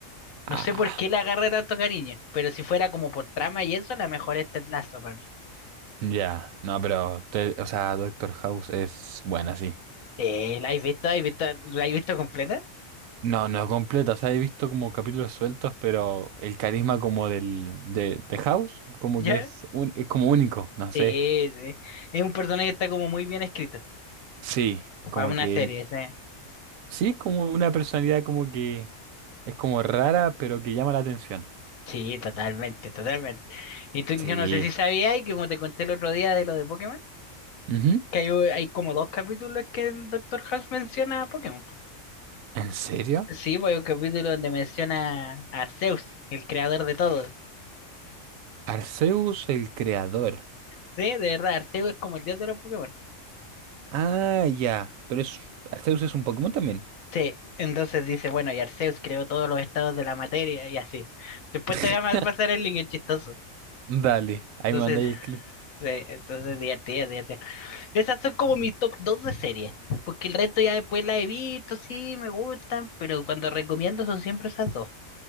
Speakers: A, on the right (about 85°); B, on the left (about 85°).
A: Ah,
B: no sé por qué le agarré tanto cariño, pero si fuera como por trama y eso, la mejor es Ted Lasso para mí.
A: ya. No, pero, te- o sea, Doctor House es buena, sí.
B: Sí, ¿la has visto? ¿Has visto? ¿La has visto completa?
A: No, no completa. O sea, he visto como capítulos sueltos, pero el carisma como del, de, de House, como
B: ¿Ya?
A: que es, un, es como único, no sé.
B: Sí, sí. Es un personaje que está como muy bien escrito
A: Sí, como
B: para una
A: que,
B: serie, sí.
A: sí, es como una personalidad como que es como rara, pero que llama la atención.
B: Sí, totalmente, totalmente. Y tú- yo
A: Sí.
B: no sé si sabías, y como te conté el otro día de lo de Pokémon,
A: Ujú.
B: que hay, u- hay como dos capítulos que el doctor House menciona a Pokémon.
A: ¿En serio?
B: Sí, pues hay un capítulo donde menciona a Arceus, el creador de todo.
A: Arceus el creador.
B: Sí, de verdad, Arceus es como el dios de los Pokémon.
A: Ah, ya. Pero es, Arceus es un Pokémon también.
B: Sí, entonces dice, bueno, y Arceus creó todos los estados de la materia y así. Después
A: <laughs>
B: te voy a pasar el link, es chistoso.
A: Dale, ahí
B: Entonces,
A: me mandáis el clip.
B: sí, entonces divertida, divertida. Esas son como mi top 2 de series, porque el resto ya después la he visto, sí, me gustan, pero cuando recomiendo son siempre esas dos.